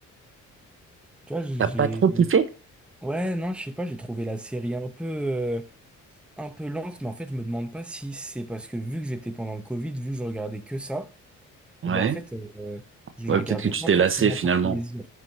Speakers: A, in the centre; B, on the right.
A: Tu vois, j'ai...
B: T'as pas trop kiffé?
A: Ouais, non, je sais pas, j'ai trouvé la série un peu, euh, un peu lente, mais en fait, je me demande pas si c'est parce que vu que j'étais pendant le Covid, vu que je regardais que ça,
B: Ouais.
A: et ben en fait, euh, je
B: Ouais,
A: le regardais
B: peut-être que tu
A: pas
B: t'es
A: forcément
B: lassé, finalement.
A: par plaisir.